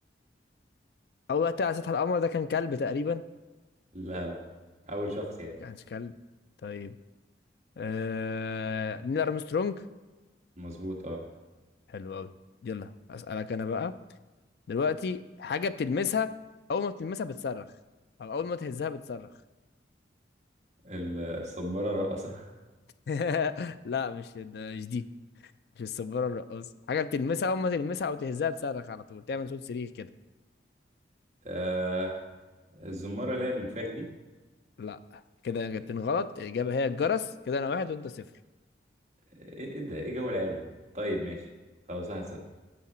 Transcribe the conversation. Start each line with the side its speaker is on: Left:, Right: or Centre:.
Left: أول وقت على سطح القمر ده كان كلب تقريبا
Right: لا لا اول شخص يعني
Left: كانش كلب طيب آه... نيل ارمسترونج
Right: مظبوط اه
Left: حلو قوي يلا اسالك انا بقى دلوقتي حاجه بتلمسها اول ما بتلمسها بتصرخ او اول ما تهزها بتصرخ
Right: ال- الصبارة الراقصة
Left: <laughs> لا مش ده مش دي مش السبوره الرقاصه حاجه بتلمسها اول ما تلمسها او تهزها تصرخ على طول تعمل صوت صريخ كده
Right: <laughs> آه، الزمارة اللي هي بمنفاخ دي
Left: لا كده جبتين غلط الاجابه هي الجرس كده انا واحد وانت صفر
Right: ايه إيه ده ايه جو العيال ده طيب ماشي خلاص واحد صفر